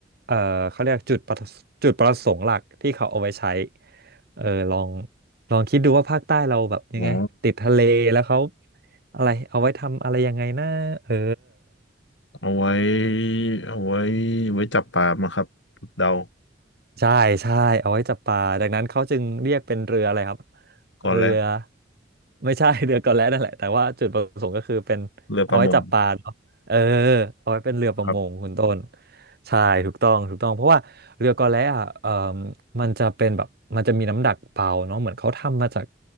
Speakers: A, on the right; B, on the left.
A: เออเขาเรียกจุดประจุดประสงค์หลักที่เขาเอาไว้ใช้เออลองลองคิดดูว่าภาคใต้เราแบบยังไงติดทะเลแล้วเขา
B: อ๋อ
A: อะไรเอาไว้ทำอะไรยังไงนะเออ
B: เอาไว้เอาไว้ไว้จับปลามาครับเดา
A: ใช่ใช่เอาไว้จับปลาดังนั้นเขาจึงเรียกเป็นเรืออะไรครับ
B: ก่อนแล้ว
A: เรือไม่ใช่ <laughs> เรือกอแล่นั่นแหละแต่ว่าจุดประสงค์ก็คือเป็นเอาไว้จับปลาเนาะเออ
B: เรือประมง
A: เอาไว้เป็นเรือประมงคุณต้น
B: ครับ
A: ใช่ถูกต้องถูกต้องเพราะว่าเรือกอแล่อะเออมันจะเป็นแบบมันจะมีน้ำหนักเบาเนาะเหมือนเขาทำมาจาก